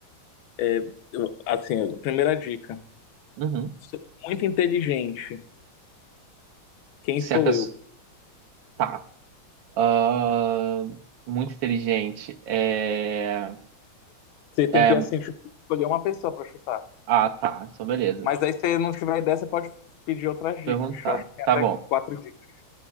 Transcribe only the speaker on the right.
uhum.
Se
a pessoa.
Tá. Ah, muito inteligente. É,
é,
ah, tá. Então, beleza.
Perguntar.
Tá bom.